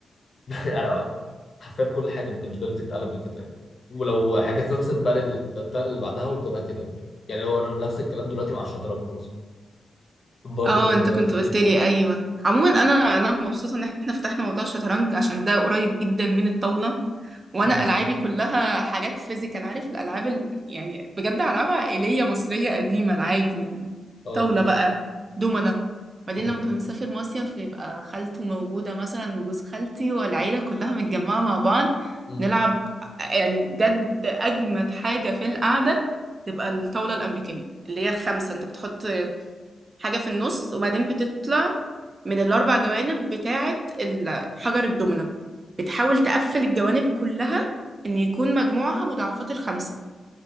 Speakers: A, on the left; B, on the right.
A: <laughs> انا حرفيا كل حاجه بالنسبه لي بتتقلب لكده يعني ولو حاجه خلصت بقى لل- بتاع اللي بعدها وبتبقى كده برضه يعني لو انا نفس الكلام دلوقتي مع الشطرنج مثلا برضه
B: اه
A: بياخد
B: انت
A: وقت
B: كنت
A: كتير
B: قلت لي ايوه عموما انا انا مبسوطه ان احنا فتحنا موضوع الشطرنج عشان ده قريب جدا من الطاوله وانا
A: مم.
B: العابي كلها حاجات فيزيكال عارف الالعاب ال... يعني بجد العاب عائليه مصريه قديمه العادي يعني
A: اه
B: طاوله بقى دومنه بعدين
A: مم.
B: لما كنا بنسافر مصيف يبقى خالته موجوده مثلا وجوز خالتي والعيله كلها متجمعه مع بعض
A: مم.
B: نلعب يعني بجد اجمد حاجه في القعده تبقى الطاوله الامريكيه اللي هي الخمسه انت بتحط حاجة في النص وبعدين بتطلع من الأربع جوانب بتاعة ال- حجر الدومنة بتحاول تقفل الجوانب كلها إن يكون مجموعها مضاعفات الخمسة